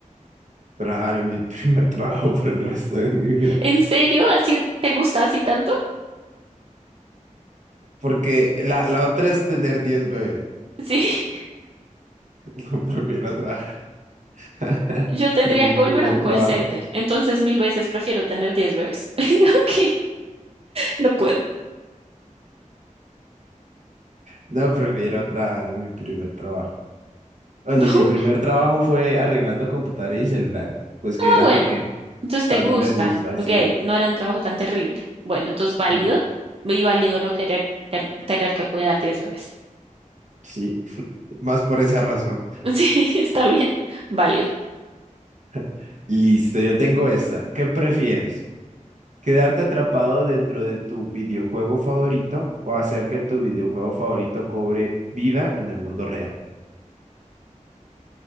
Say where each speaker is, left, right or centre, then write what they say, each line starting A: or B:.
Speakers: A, on the right; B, on the right.
A: Trabajar en mi <laughs> primer trabajo por el resto de mi vida.
B: ¿En serio? ¿Así te gusta así tanto?
A: Porque la, la otra es tener 10 bebés.
B: Sí. <laughs>
A: <laughs> No prefiero trabajar <laughs>
B: Yo tendría
A: en mi
B: que
A: primer
B: volver a un call
A: trabajo.
B: center, entonces mil veces prefiero tener 10 bebés. <laughs> Ok, no puedo.
A: No, prefiero trabajar en mi primer trabajo. Bueno,
B: <laughs>
A: mi primer trabajo fue arreglando computadores y celulares, pues
B: Ah,
A: que era
B: bueno,
A: lo que
B: entonces te
A: también
B: gusta.
A: me gusta,
B: Ok,
A: sí,
B: no era un trabajo tan terrible. Bueno, entonces válido.
A: sí,
B: Y válido no querer ten- tener que cuidar 10 bebés.
A: sí, <laughs> más por esa razón.
B: <laughs> Sí, está bien. Válido.
A: <laughs> Listo, yo tengo esta. ¿Qué prefieres? ¿Quedarte atrapado dentro de tu videojuego favorito o hacer que tu videojuego favorito cobre vida en el mundo real?